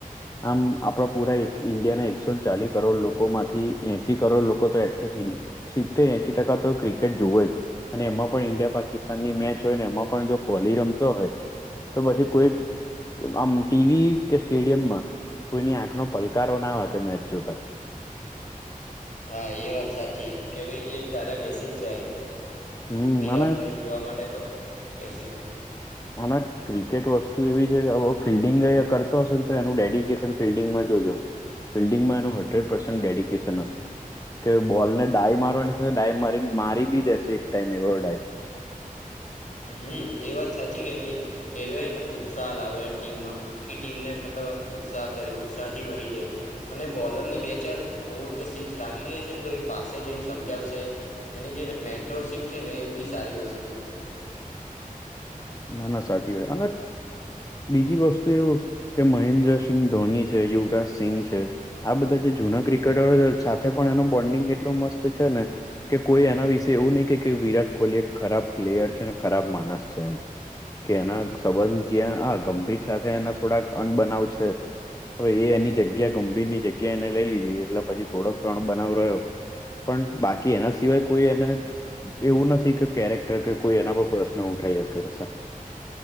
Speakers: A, on the left (about 25°); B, on the left (about 60°).
A: આમ આપણા પુરા એક ઇન્ડિયાના એકસો ને ચાલીસ કરોડ લોકો માંથી એસી કરોડ લોકો તો એટલીસ્ટ સી્તેર એશ ટકા તો ક્રિકેટ જોુવે જ અને એમાં પણ ઈન્ડિયા પાકિસ્તાનની મેચ હોય ને એમાં પણ જો કોલી રમતો હોય તો પછી કોઈ. આમ ટીવી કે સ્ટેડિયમ માં કોઈની આંખ ન પલકારો ના હોય, કે મેચ જોતા
B: હા એ વાત સાચી કે ભાઈ એક ધારા બેસી જ જાય
A: હમ
B: વિરાટને
A: અને
B: જોવા માટે તો બેસી જાય.
A: હના ક્રિકેટ વસ્તુ એવી છે કે ફિલ્ડિંગ કરતો હશે ને તો એનું ડેડિકેશન ફિલ્ડિંગમાં જોજો ફિલ્ડિંગમાં એનું હન્ડ્રેડ પર્સેન્ટ ડેડિકેશન હશે કે બોલ ને ડાય મારવાની છે, ડાય મારી મારી બી દેશે એક ટાઈમ એવો ડાય.
B: હમ એ વાત સાચી કે ભાઈ એ ને ઉત્સાહ લાવે ટીમમા આખી ટીમને મતલબ આમ ઉત્સાહ કરે ઉત્સાહ થી ભરી દે અને બોલર ને બે ચાર ફોર કે સિક્સ લાગી જશે ને તો એ પાસે જઈને સમજાવશે એની જે મેન્ટોરશીપ છે ને એ બી સારી વસ્તુ હ.
A: ના ના સાચી વાત અને બીજી વસ્તુ એવુ કે મહેન્દ્રસિંહ ધોની છે યુવરાજ સિંઘ છે. આ બધા જે જૂના ક્રિકેટરો સાથે પણ એનો બોન્ડિંગ એટલો મસ્ત છેને. કે કોઈ એના વિશે એવું નહી કે કે વિરાટ કોહલી એક ખરાબ પ્લેયર છે અનેને ખરાબ માણસ છે એમ કે એના સંબંધ જે આ ગંભીર સાથે એના થોડાક અન્ન બનાવ છે. હવે એની જગ્યા ગંભીર ની જગ્યા એને લઈ લીધી એટલે પછી થોડોક તણ બનાવ રહ્યો. પણ બાકી એના સિવાય કોઈ એને એવું નથી કે કેરેક્ટર કે કોઈ એના પર પ્રશ્ન ઉઠાવ શકે ક